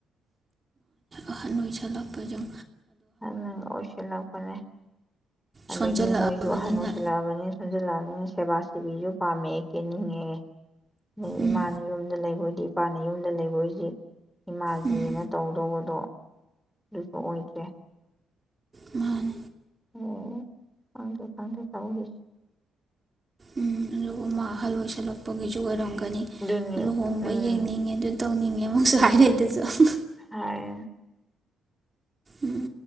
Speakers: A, on the right; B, in the centre.
A: ꯑꯍꯥꯟ ꯑꯣꯏ ꯆꯜꯂꯛꯄꯖꯨꯝ
B: ꯑꯍꯟꯅ ꯑꯣꯏꯁꯤꯜꯂꯛꯄꯅꯦ ꯑꯗꯒꯤ
A: ꯁꯣꯟꯖꯜꯂꯛꯑꯕꯅꯤꯅ
B: ꯃꯣꯏꯁꯨ ꯑꯍꯟ ꯑꯣꯏꯁꯤꯜꯂꯛꯑꯕꯅꯤꯅ ꯁꯣꯟꯝꯖꯤꯜꯂꯛꯑꯅꯤꯅ ꯦꯕꯥꯁꯤꯕꯤ ꯌꯨꯝ ꯄꯥꯝꯃꯦ ꯀꯦꯟꯅꯤꯡꯉꯦꯦ ꯑꯗꯩ
A: ꯎꯝ
B: ꯏꯃꯥꯅ ꯌꯨꯝꯗ ꯂꯩꯕꯗꯤ ꯃꯄꯥꯟꯅ ꯌꯨꯝꯗ ꯂꯩꯕ ꯍꯧꯣꯏꯁꯤ ꯏꯃꯥꯒꯤꯅ
A: ꯎꯝ
B: ꯇꯧꯗꯧꯕꯗꯣ ꯑꯗꯨꯁꯨ ꯑꯣꯏꯗ꯭ꯔꯦ
A: ꯎꯝ
B: ꯑꯣ ꯊꯥꯡꯒꯦ ꯊꯥꯡꯒꯦ ꯆ ꯍꯁ
A: ꯎꯝ ꯑꯗꯨꯒ ꯃꯥ ꯑꯍꯜ ꯑꯣꯏꯁꯜꯂꯛꯄꯒꯤꯁꯨ ꯑꯣꯏꯔꯝꯒꯅꯤ
B: ꯑꯗꯨꯅꯤ
A: ꯂꯨꯍꯣꯡꯕ
B: ꯎꯝ
A: ꯌꯦꯡꯅꯤꯡꯉꯦ ꯑꯗꯨ ꯇꯧꯅꯤꯡꯉꯦ ꯑꯃꯨꯛꯁꯨ ꯍꯥꯏꯅꯩꯗꯁꯨ
B: ꯍꯥꯏ
A: ꯎꯝ